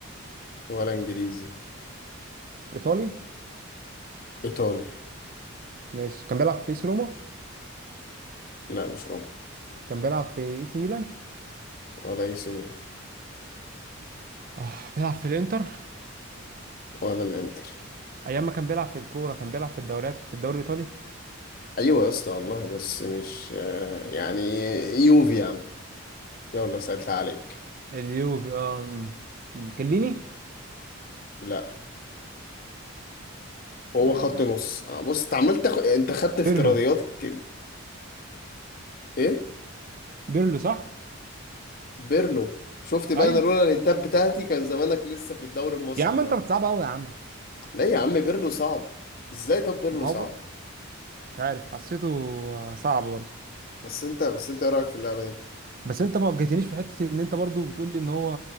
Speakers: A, on the left; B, on the right.
A: ولا انجليزي
B: ايطالي
A: ايطالي
B: ماشي كان بيلعب في اس روما
A: لا مش روما
B: كان بيلعب في اي سي ميلان
A: ولا اي سي ميلان
B: آه بيلعب في الانتر
A: ولا الانتر
B: ايام ما كان بيلعب في الكوره كان بيلعب في الدوريات في الدوري الايطالي
A: ايوه يا اسطى والله بس مش آه يعني يوفي يا عم يلا سألت عليك
B: اليوفي اه م. م. كليني
A: لا هو
B: آه
A: خط نص آه بص انت عمال تاخد انت خدت افتراضيات
B: بيرلو
A: كده ايه
B: بيرلو صح
A: بيرلو شفت بقى
B: ايوه
A: انا لولا الانتاب بتاعتي كان زمانك لسه في الدوري المصري
B: يا عم انت
A: لا
B: بتصعب قوي يا عم
A: لا يا عم بيرلو صعب ازاي طب بيرلو
B: ما
A: صعب
B: هو برضه مش عارف حسيته آه، صعب برضه
A: بس انت بس انت ايه رايك في اللعبه دي
B: بس انت ما وجهتنيش في حته ان انت برضه بتقول لي ان هو